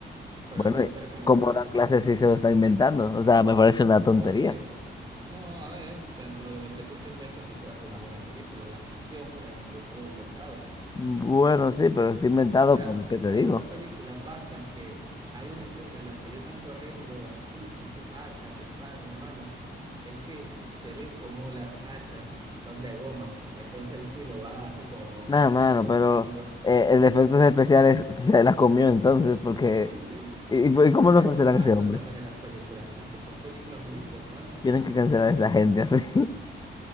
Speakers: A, on the right (about 25°); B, on the left (about 20°).
A: pero
B: Bueno,
A: históricamente
B: y ¿cómo
A: es mala.
B: dan clases si se lo está inventando? O sea, me parece una tontería.
A: Porque, no, a ver, dentro de lo que tú te inventas, tú puedes hacer una buena película. La ficción, por ejemplo, todo inventado.
B: Bueno, sí, pero está inventado,
A: Ah, Mira,
B: pero ¿qué te
A: en
B: digo?
A: esa película pasa que hay una escena en la que ellos están corriendo así, con sus hachas, espada en la mano. Es que se ven como las hachas son de goma y entonces el filo va así como
B: Nada, mano,
A: rebotando.
B: pero eh, el de efectos especiales se la comió entonces,
A: <laughs> ¿Me
B: porque...
A: entiendes?
B: ¿Y, y y cómo
A: O sea,
B: no cancelan
A: eso pasa
B: a ese hombre?
A: también en las películas y que son películas muy importantes.
B: Tienen que cancelar a esa gente así. <laughs>